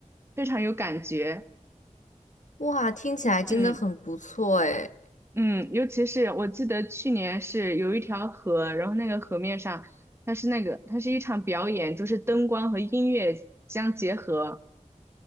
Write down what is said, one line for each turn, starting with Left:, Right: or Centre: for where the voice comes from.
Right: 非常有感觉。
Left: 哇，听起来真的很不错诶！
Right: 嗯。嗯，尤其是我记得去年是有一条河，然后那个河面上，它是那个，它是一场表演，就是灯光和音乐相结合。